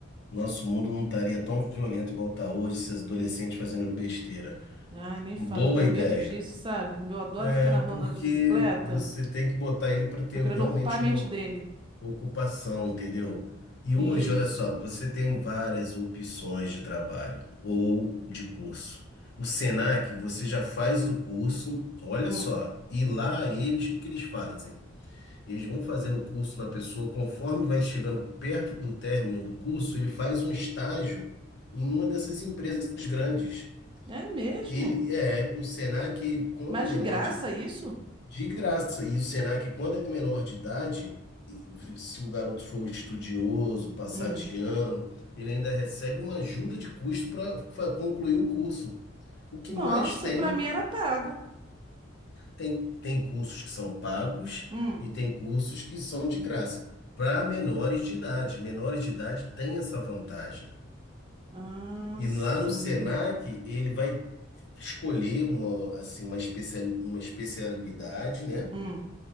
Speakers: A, on the left (about 55°); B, on the right (about 25°).
A: nosso mundo não estaria tão violento igual tá hoje, esses adolescentes fazendo besteira.
B: Ai, nem falo,
A: Boa
B: eu tenho
A: ideia.
B: medo disso, sabe? Eu adoro
A: É
B: ficar na rua
A: porque
B: andando de bicicleta.
A: você tem que botar ele para ter
B: Tô querendo
A: realmente
B: ocupar a mente
A: uma
B: dele.
A: Ocupação, entendeu? E
B: Isso.
A: hoje, olha só, você tem várias opções de trabalho ou de curso. O Senac, você já faz o curso, olha
B: Hum.
A: só, e lá eles, o que que eles fazem? Eles vão fazendo o curso na pessoa, conforme vai chegando perto do término do curso, ele faz um estágio em uma dessas empresas grandes.
B: É mesmo?
A: Ele é, o Senac, ele, quando
B: Mas
A: é menor
B: de graça
A: de
B: isso?
A: de graça. E o Senac, quando é menor de idade, e se o garoto for estudioso, passar
B: Hum.
A: de ano, ele ainda recebe uma ajuda de custo para concluir o curso. O que
B: Nossa,
A: mais tem,
B: pra mim era pago.
A: tem, tem cursos que são pagos
B: Hum.
A: e tem cursos que são de graça. Para menores de idade. Menores de idade tem essa vantagem.
B: Ah,
A: E
B: sim.
A: lá no Senac, ele vai escolher uma, assim, uma, especial, uma especialidade, né?
B: Hum.